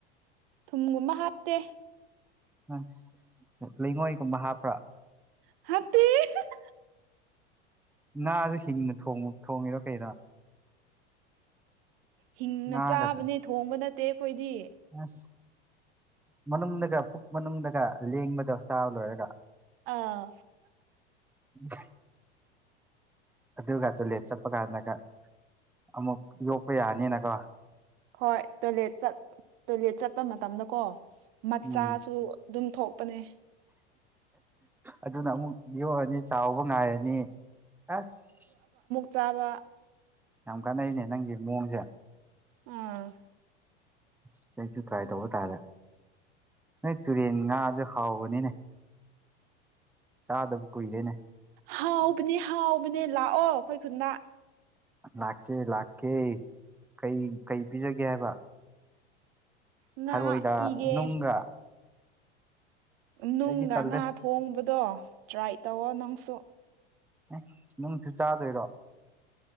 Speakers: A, on the right (about 60°); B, in the centre.
A: ꯊꯨꯝꯒꯨꯝꯕ ꯍꯥꯞꯇꯦ
B: ꯑꯁ ꯂꯩꯉꯣꯏꯒꯨꯝꯕ ꯍꯥꯞꯄ꯭ꯔꯥ
A: ꯍꯥꯞꯇꯦ <unintelligible>
B: ꯉꯥꯁꯨ ꯍꯤꯡꯅ ꯊꯣꯡ ꯊꫭꯡꯉꯤꯔꯣ ꯀꯔꯣ
A: ꯍꯤꯡꯅ
B: ꯉꯥꯒꯗ
A: ꯆꯥꯕꯅꯦ ꯊꯣꯡꯕ ꯅꯠꯇꯦ ꯑꯩꯈꯣꯏꯗꯤ
B: ꯑꯁ ꯃꯅꯨꯡꯗꯒ ꯄꯨꯛ ꯃꯅꯨꯡꯗꯒ ꯂꯦꯡꯕꯗꯣ ꯆꯥꯕ ꯂꯣꯏꯔꯒ
A: ꯑꯥ
B: ꯑꯝ ꯑꯗꯨꯒ ꯇꯣꯏꯂꯦꯠ ꯆꯠꯄ ꯀꯥꯟꯗꯒ ꯑꯃꯨꯛ ꯌꯣꯛꯄ ꯌꯥꯅꯤꯅꯀꯣ
A: ꯍꯣꯏ ꯇꯣꯏꯂꯦꯠ ꯆꯠ ꯇꯣꯏꯂꯦꯠ ꯆꯠꯄ ꯃꯇꯝꯗꯀꯣ ꯃꯆꯥꯁꯨ
B: ꯎꯝ
A: ꯑꯗꯨꯝ ꯊꯣꯛꯄꯅꯦ
B: ꯑꯗꯨꯅ ꯑꯃꯨꯛ ꯌꯣꯛꯑꯅꯤ ꯆꯥꯎꯕ ꯉꯥꯏꯔꯅꯤ ꯑꯁ
A: ꯆꯥꯎꯥꯕ
B: ꯌꯥꯝ ꯀꯥꯟꯅꯩꯅꯦ ꯅꯪꯒꯤ ꯃꯑꯣꯡꯁꯦ
A: ꯎꯝ
B: ꯑꯁ ꯑꯩꯁꯨ ꯇ꯭ꯔꯥꯏ ꯇꯧꯕ ꯇꯥꯔꯦ ꯅꯣꯏ ꯇꯨꯔꯦꯟ ꯉꯥꯗꯣ ꯍꯥꯎꯕꯅꯤꯅꯦ ꯆꯥꯗꯕ ꯀꯨꯏꯔꯦꯅꯦ
A: ꯍꯥꯎꯕꯅꯦ ꯍꯥꯎꯕꯅꯦ ꯂꯥꯛꯑꯣ ꯑꯩꯈꯣꯏ ꯈꯨꯟꯗ
B: ꯂꯥꯛꯀꯦ ꯂꯥꯛꯀꯦ ꯀꯩ ꯀꯩ ꯄꯤꯖꯒꯦ ꯍꯥꯏꯕ
A: ꯉꯥ
B: ꯊꯔꯣꯏꯒ
A: ꯄꯤꯒꯦ
B: ꯅꯨꯡꯒ
A: ꯅꯨꯡꯒ
B: ꯑꯩꯗꯤ ꯇꯜꯂꯦ
A: ꯉꯥ ꯊꯣꯡꯕꯗꯣ ꯇ꯭ꯔꯥꯏ ꯇꯧꯋꯣ ꯅꯪꯁꯨ
B: ꯑꯦ ꯅꯨꯡꯁꯨ ꯆꯥꯗꯣꯏꯔꯣ